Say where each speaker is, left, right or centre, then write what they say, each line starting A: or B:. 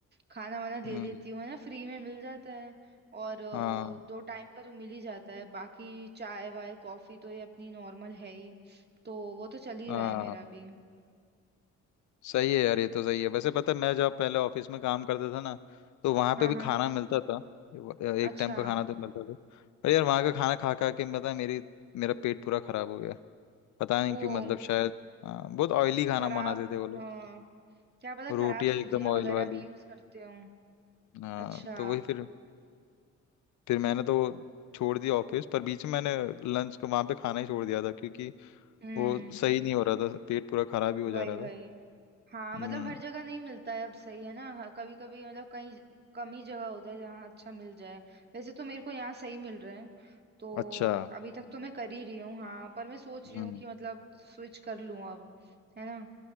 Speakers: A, on the right; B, on the left.
A: खाना वाना ले
B: हम्म
A: लेती हूँ है ना फ्री में मिल जाता है और अ,
B: हाँ
A: दो टाइम का तो मिल ही जाता है बाकी चाय वाय कॉफी तो ये अपनी नॉर्मल है ही तो वो तो चल ही
B: हाँ
A: रहा है मेरा भी
B: सही है यार ये तो सही है वैसे पता है मैं जब पहले ऑफिस में काम करता था ना तो वहां
A: हाँ
B: पे भी
A: हाँ
B: खाना मिलता था एक
A: अच्छा
B: टाइम का खाना तो मिलता था पर यार वहां का खाना खा खा के पता है मेरी मेरा पेट पूरा खराब हो गया पता नहीं
A: ओ
B: क्यों मतलब शायद हाँ, बहुत ऑयली खाना
A: खराब
B: बनाते थे वो लोग
A: हाँ क्या पता खराब
B: रोटियां
A: सब्जियां
B: एकदम ऑयल
A: वगैरह
B: वाली
A: भी यूज करते हो
B: हाँ
A: अच्छा
B: तो वही फिर फिर मैंने तो छोड़ दिया ऑफिस पर बीच में मैंने लंच को वहां पे खाना ही छोड़ दिया था क्योंकि
A: हम्म
B: वो सही नहीं हो रहा था पेट पूरा खराब ही हो
A: वही
B: जा रहा
A: वही
B: था
A: हाँ
B: हम्म
A: मतलब हर जगह नहीं मिलता है अब सही है ना कभी कभी मतलब कहीं कम ही जगह होता है जहाँ अच्छा मिल जाए वैसे तो मेरे को यहाँ सही मिल रहा है तो
B: अच्छा
A: अभी तक तो मैं कर ही रही हूँ हाँ पर मैं सोच रही
B: हम्म
A: हूँ कि मतलब स्विच कर लूँ अब है ना